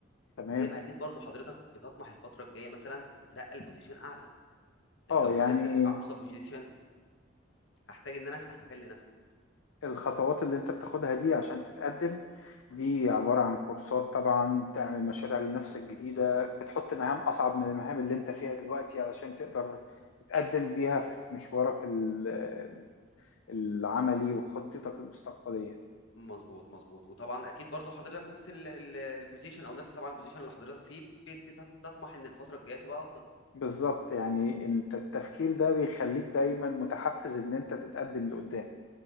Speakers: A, on the left; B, on the left.
A: تمام
B: زي ما اكيد برضو حضرتك بتطمح الفتره الجايه مثلا تترقى لبوزيشن اعلى طيب
A: أه
B: لو
A: يعني
B: وصلت لاقصى بوزيشن هحتاج ان انا افتح مكان لنفسي
A: الخطوات اللي أنت بتاخدها دي عشان تتقدم دي عبارة عن كورسات طبعا تعمل مشاريع لنفسك
B: م-
A: جديدة
B: بالظبط
A: بتحط مهام أصعب من المهام اللي أنت فيها دلوقتي علشان تقدر تتقدم بيها في مشوارك ال- العملي وخطتك المستقبلية
B: مظبوط مظبوط وطبعا اكيد برضو حضرتك نفس ال- ال- البوزيشن او نفس طبعا البوزيشن اللي حضرتك فيه بتطمح ان الفتره الجايه تبقى افضل
A: بالظبط يعني انت التفكير ده بيخليك دايما متحفز ان انت تتقدم لقدام